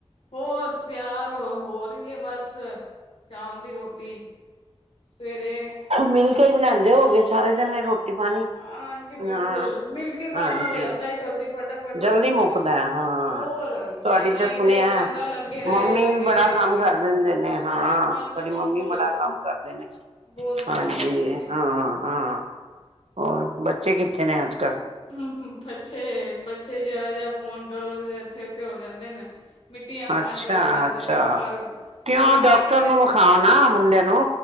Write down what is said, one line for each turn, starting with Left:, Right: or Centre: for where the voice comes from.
Left: ਹੋਰ ਤਿਆਰ ਹੋ ਰਹੀ ਹੈ ਬਸ ਸ਼ਾਮ ਦੀ ਰੋਟੀ ਸਵੇਰੇ
Right: ਮਿਲ ਕੇ ਹੀ ਬਣਾਉਂਦੇ ਹੋ ਗਏ ਸਾਰੇ ਜਣੇ ਰੋ ਰਟੀ ਪਾਣੀ
Left: ਹਾਂਜੀ ਬਿਲਕੁਲ
Right: ਹਾਂ
Left: ਮਿਲ ਕੇ ਕੰਮ
Right: ਹਾਂਜੀ
Left: ਹੋ ਜਾਂਦਾ ਏ ਜਲਦੀ ਫਟਾਫਟ ਹੋ
Right: ਜਲਦੀ
Left: ਜਾਂਦਾ
Right: ਮੁੱਕਦਾ
Left: ਮਿਲ ਕੇ
Right: ਹਾਂ
Left: ਹੋਰ
Right: ਤੁਹਾਡੀ
Left: ਵੀ ਨਹੀਂ
Right: ਤਾਂ ਸੁਣਿਆ
Left: ਤੇ ਇੱਕ ਬੰਦਾ ਲੱਗੇ ਰਹੇ
Right: ਮੰਮੀ
Left: ਲੱਗੇ
Right: ਵੀ ਬੜਾ
Left: ਰਹੇ
Right: ਕੰਮ
Left: ਲੱਗੇ
Right: ਕਰ
Left: ਰਹੇ
Right: ਦਿੰਦੇ ਨੇ ਹਾਂ
Left: ਹਾਂਜੀ
Right: ਤੁਹਾਡੀ ਮੰਮੀ
Left: ਬਿਲਕੁਲ
Right: ਬੜਾ ਕੰਮ ਕਰਦੇ ਨੇ
Left: ਬਹੁਤ ਕੰਮ
Right: ਹਾਂਜੀ
Left: ਕਰਦੇ
Right: ਇਹ
Left: ਨੇ
Right: ਹਾਂ ਹਾਂ ਹੋਰ ਬੱਚੇ ਕਿੱਥੇ
Left: ਹੂੰ
Right: ਨੇ ਅੱਜ ਕੱਲ
Left: ਬੱਚੇ ਬੱਚੇ ਜਰਾ ਜਿਹਾ ਫੋਨ ਕਰੋ ਇੱਥੇ ਓਥੇ ਹੋ ਜਾਂਦੇ ਨੇ ਮਿੱਟੀਆਂ ਖਾਣ
Right: ਅੱਛਾ
Left: ਚਲੇ ਜਾਂਦੇ
Right: ਅੱਛਾ
Left: ਨੇ ਉਹ ਘਰ
Right: ਕਿਉਂ
Left: ਕਦੇ ਕਿਧਰੇ
Right: ਡਾਕਟਰ ਨੂੰ ਵਿਖਾ ਨਾ ਮੁੰਡੇ ਨੂੰ